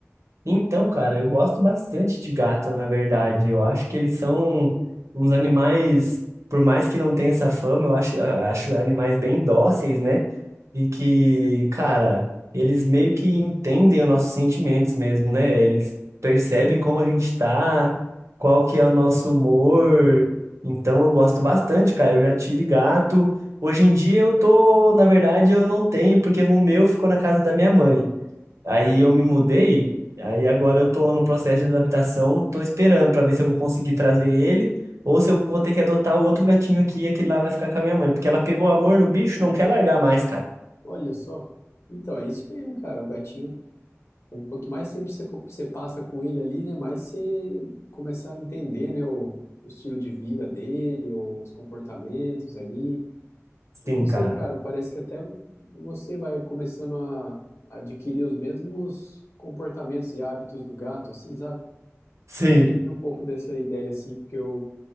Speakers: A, on the right (about 70°); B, on the left (about 60°).
A: Então, cara, eu gosto bastante de gato, na verdade. Eu acho que eles são uns animais, por mais que não tenha essa fama, eu acho, eu acho animais bem dóceis, né? E que, cara, eles meio que entendem os nossos sentimentos mesmo, né? Eles percebem como a gente tá, qual que é o nosso humor. Então, eu gosto bastante, cara. Eu já tive gato. Hoje em dia eu tô, na verdade, eu não tenho, porque o meu ficou na casa da minha mãe. Aí eu me mudei, aí agora eu tô no processo de adaptação, tô esperando pra ver se eu vou conseguir trazer ele ou se eu vou ter que adotar outro gatinho aqui e aquele lá vai ficar com a minha mãe, porque ela pegou amor no bicho, não quer largar mais, cara.
B: Olha só. Então, é isso mesmo, cara, o gatinho, com- quanto mais tempo você, co- você passa com ele ali, né, mais você começa a entender, né, o, o estilo de vida dele, os comportamentos ali, Eu
A: Sim,
B: não sei,
A: cara.
B: cara, parece que até você vai começando a a adquirir os mesmos comportamentos e hábitos do gato, assim, sabe?
A: Sim.
B: Eu tive um pouco dessa ideia, assim, porque eu